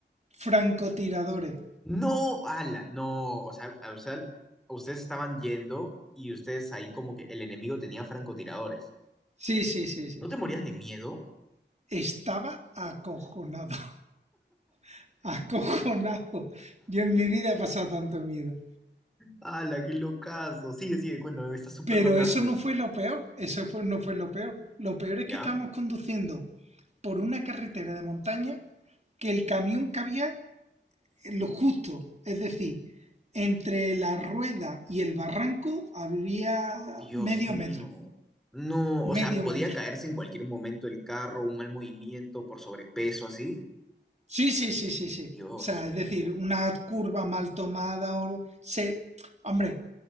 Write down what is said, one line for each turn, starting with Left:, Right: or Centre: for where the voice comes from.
Right: francotiradores.
Centre: No, ala, no, o sea, o sea, ustedes estaban yendo y ustedes ahí como que el enemigo tenía francotiradores.
Right: Sí, sí, sí, sí.
Centre: ¿No te
Right: sí.
Centre: morías de miedo?
Right: Estaba acojonado, <laughs> acojonado. Yo en mi vida he pasado tanto miedo.
Centre: ¡Hala, qué locazo! Sigue, sigue, cuéntame, está súper
Right: Pero
Centre: locazo.
Right: eso no fue lo peor, eso fue- no fue lo peor. Lo peor es
Centre: ¿Ya?
Right: que estábamos conduciendo por una carretera de montaña que el camión cabía en lo justo, es decir, entre la rueda y el barranco había
Centre: Dios
Right: medio
Centre: mío.
Right: metro,
Centre: No, o sea,
Right: medio
Centre: podía
Right: metro.
Centre: caerse en cualquier momento el carro, un mal movimiento por sobrepeso, así.
Right: Sí, sí, sí, sí, sí.
Centre: Dios
Right: O sea,
Centre: mío,
Right: es decir, una curva mal tomada o se, hombre,